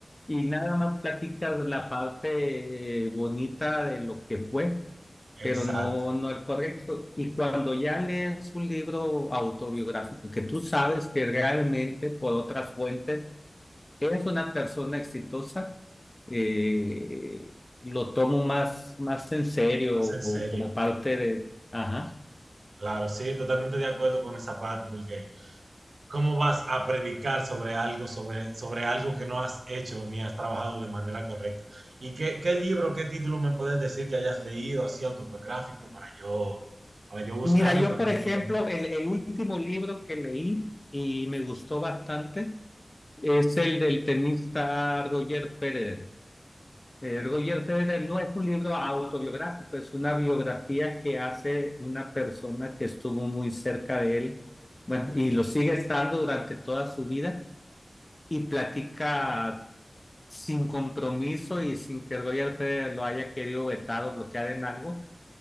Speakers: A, on the left (about 30°); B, on the right (about 80°).
A: y nada más platicas la parte eh, bonita de lo que fue, pero
B: Exacto,
A: no, no el correcto. Y cuando ya lees un libro autobiográfico que tú sabes que realmente por otras fuentes es una persona exitosa, eh, lo tomo más, más en serio
B: más en
A: o
B: serio.
A: como parte de... Ajá.
B: Claro, sí, totalmente de acuerdo con esa parte, porque ¿cómo vas a predicar sobre algo, sobre, sobre algo que no has hecho ni has trabajado de manera correcta? ¿Y qué, qué libro, qué título me puedes decir que hayas leído así autobiográfico para yo, para yo buscarlo
A: Mira, yo
B: y también
A: por ejemplo,
B: leer?
A: el, el último libro que leí y me gustó bastante Es el del tenista Roger Federer. Eh, Roger Federer no es un libro autobiográfico, es una biografía que hace una persona que estuvo muy cerca de él, bueno,
B: Ok,
A: y lo sigue estando durante toda su vida y platica sin compromiso y sin que Roger Federer lo haya querido vetar o bloquear en algo,